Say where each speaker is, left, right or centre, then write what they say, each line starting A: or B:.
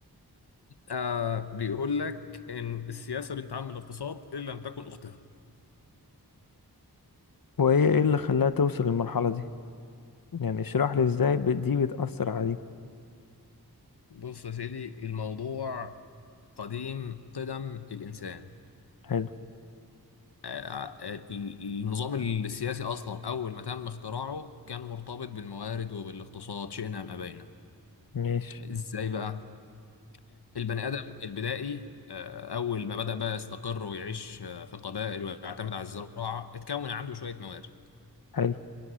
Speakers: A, on the left; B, on the left.
A: آه بيقول لك إن السياسة بنت عم الاقتصاد إن لم تكن أختها
B: وهي ايه اللي خلاها توصل للمرحلة دي يعني اشرح لي ازاي ب- دي بتأثر على دي
A: بص يا سيدي الموضوع قديم قدم الإنسان
B: حلو
A: آه آه، ال- النظام السياسي أصلا أول ما تم اختراعه كان مرتبط بالموارد وبالاقتصاد شئنا أم أبينا
B: ماشي
A: إزاي بقى؟ البني آدم البدائي آه، أول ما بدأ بقى يستقر ويعيش آه، في قبائل ويعتمد على الزراعة اتكون عنده شوية موارد
B: حلو